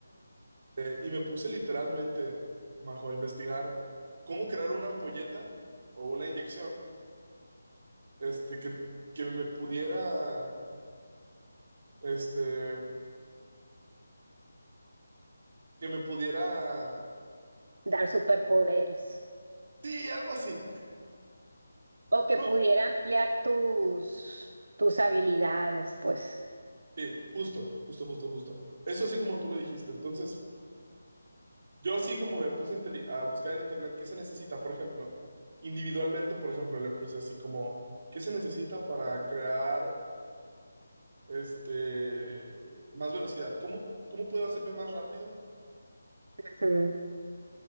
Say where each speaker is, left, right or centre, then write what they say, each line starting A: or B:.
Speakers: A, on the right; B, on the right.
A: Eh, y me puse literalmente, Majo, a investigar cómo crear una ampolleta o una inyección, este, que, que me pudiera, este, que me pudiera,
B: dar superpoderes
A: sí, algo así.
B: o que
A: No,
B: pudiera ampliar tus, tus habilidades, pues.
A: Sí, justo, justo, justo, justo. Eso así como tú lo dijiste. Entonces, yo así como me puse inteli- a buscar en internet qué se necesita, por ejemplo, individualmente, por ejemplo, le puse así como, ¿qué se necesita para crear, este, más velocidad? ¿Cómo, cómo puedo hacerme más rápido?
B: Ujú.